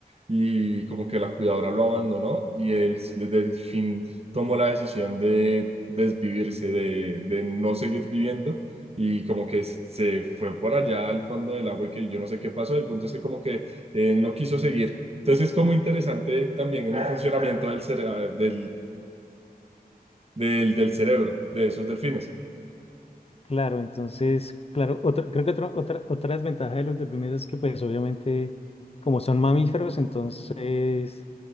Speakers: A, on the right (about 40°); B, on the left (about 40°).
A: y como que la cuidadora lo abandonó y el, el delfín tomó la decisión de desvivirse, de, de no seguir viviendo y como que se fue por allá al fondo del agua y que yo no sé qué pasó. El punto es que como que eh, no quiso seguir. Entonces es como interesante también en el funcionamiento del, cere- del, del, del cerebro de esos delfines.
B: Claro, entonces, claro, otra, creo que otra, otra, otra desventaja de los delfines es que pues obviamente como son mamíferos, entonces